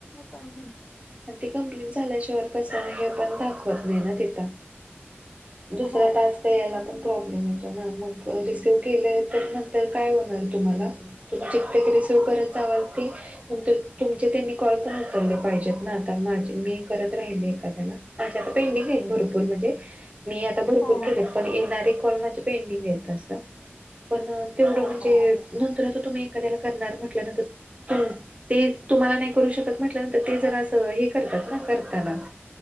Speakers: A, on the left; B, on the right.
A: पण
B: आणि तेी कंप्लेट झाल्याच्यावर कसं आहे हे पण दाखवत नाही ना तिथ दुसरा्या
A: हो
B: टास्क तर याला पण प्रॉब्लेम येतो ना मग रिसिव्ह केलं आहे तर नंतर काय होणार तुम्हाला ुम कित्य रिसिव कर चावाल त नंतर तुमचे त्यांनी कॉल पण उचलले पाहिजेत ना आता माझ मी करत राहिले एखाद्याला माझी आता पेंटिंग आहेत भरपूर म्हणजे मी आ भरपूर
A: हो
B: केले पण येणारे कॉल माझे पेंडिंग आहेत असं पण तेवढं
A: हो
B: म्हणजे
A: हो हो.
B: नंतर आता तुम्ही एखाद्याला करणार म्हटल्यानंतर ते तुम्हाला नाही करू शकत म्हटल्यानंतर ते जरा हे करतात ना करताना